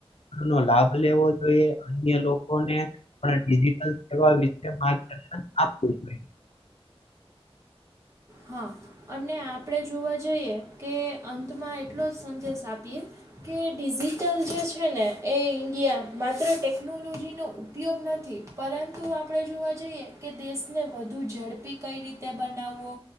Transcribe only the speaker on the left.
નો લાભ લેવો જોઈએ અન્ય લોકોને પણ ડિજિટલ સેવા વિતે માર્ગદર્શન આપવું જોઈએ.